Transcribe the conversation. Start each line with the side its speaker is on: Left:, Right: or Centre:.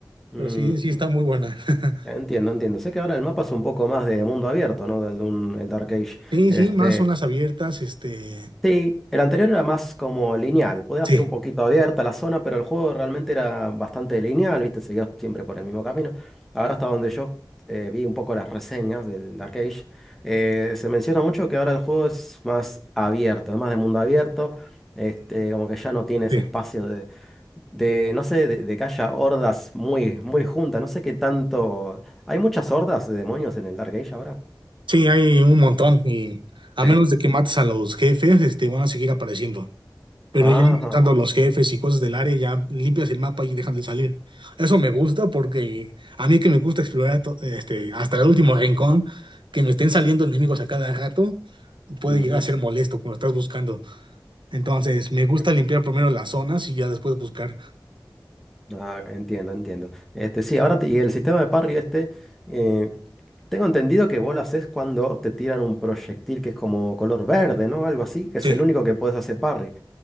Centre: Mm,
Right: Pero sí, sí está muy buena. <laughs>
Centre: entiendo, entiendo. Sé que ahora el mapa es un poco más de mundo abierto, ¿no? Del Doom- el Dark Age.
Right: Sí,
Centre: Este.
Right: sí, más zonas abiertas, este,
Centre: Sí, el anterior era más como lineal, podía
Right: sí,
Centre: ser un poquito abierta la zona, pero el juego realmente era bastante lineal, ¿viste? Seguía siempre por el mismo camino. Ahora hasta donde yo eh, vi un poco las reseñas del Dark Age, eh, se menciona mucho que ahora el juego es más abierto, es más de mundo abierto, este, como que ya no tiene ese
Right: sí.
Centre: espacio de, de no sé, de, de que haya hordas muy, muy juntas, no sé qué tanto... ¿Hay muchas hordas de demonios en el Dark Age ahora?
Right: Sí, hay un montón y a
Centre: Sí.
Right: menos de que mates a los jefes, este, van a seguir apareciendo. Pero
Centre: Ajá.
Right: ya matando a los jefes y cosas del área, ya limpias el mapa y dejan de salir. Eso me gusta porque a mí que me gusta explorar to- este, hasta el último rincón, que me estén saliendo enemigos a cada rato, puede
Centre: ujú,
Right: llegar a ser molesto cuando estás buscando. Entonces, me
Centre: Sí.
Right: gusta limpiar primero las zonas y ya después buscar.
Centre: Ah, entiendo, entiendo. Este, sí, ahora te- y el sistema de parry este, eh, tengo entendido que vos lo haces cuando te tiran un proyectil que es como color verde, ¿no? Algo así, que es
Right: Sí,
Centre: el único que podés hacer parry.